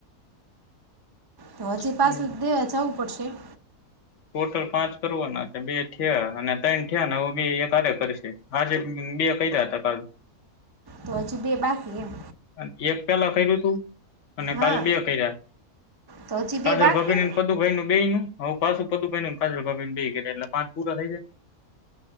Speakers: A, on the right (about 20°); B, on the left (about 55°).
A: તો હજી
B: ગયું
A: પાછું દેવા જવું પડશે એમ?
B: ટોટલ પાંચ કરવાના છે બે થયા અને ત્રણ થયા ને હવે બી એક હારે કરશે આજે બે કયરા તા કાલ.
A: તો હજી બે બાકી એમ
B: અને એક પેલા કર્યું તું અને
A: હા
B: કાલે બે કર્યા
A: તો હજી
B: કાજલ
A: બે બાકી
B: ભાભીનું ન પદુભઈ બેય નું હવ પાછું પદુભાઈનું ન કાજલ ભાભી નું બેય કર્યા, એટલે પાંચ પૂરા થઈ જાય.